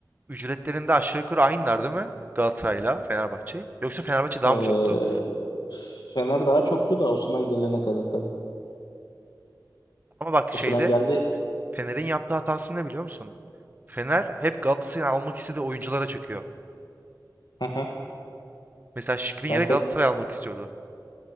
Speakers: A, on the right (about 25°); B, on the left (about 75°).
A: ücretlerinde aşağı yukarı aynılar değil mi? Galatasaray'la Fenerbahçe. Yoksa Fenerbahçe daha
B: Ee,
A: mı çoktu?
B: Fener daha çoktu da Osimhen gelene kadar tabii.
A: Ama bak şeyde
B: Osimhen geldi.
A: Fener'in yaptığı hatasını ne biliyor musun? Fener hep Galatasaray'ı almak istediği oyunculara çöküyor.
B: Aha.
A: Mesela Şikrin yere
B: Ben ka-
A: Galatasaray almak istiyordu.